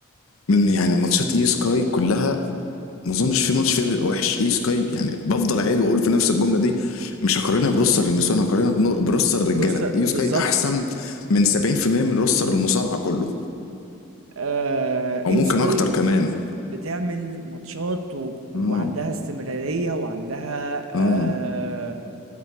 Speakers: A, on the left; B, on the right.
A: من يعني ماتشات ايو سكاي كلها ما اظنش في ماتش فيها بيبقى وحش اي سكاي يعني بفضل اعيد واقول في نفس الجمله دي مش هقارنها بروستر النسوان هقارنها بنو- بروستر الرجاله
B: بص
A: اي سكاي
B: بالظبط
A: احسن من 70% من روستر المصارعه كله
B: آه
A: او
B: اي
A: ممكن
B: سكاي
A: اكتر كمان
B: بتعمل ماتشات و...
A: اه
B: وعندها استمرارية وعندها آه
A: اه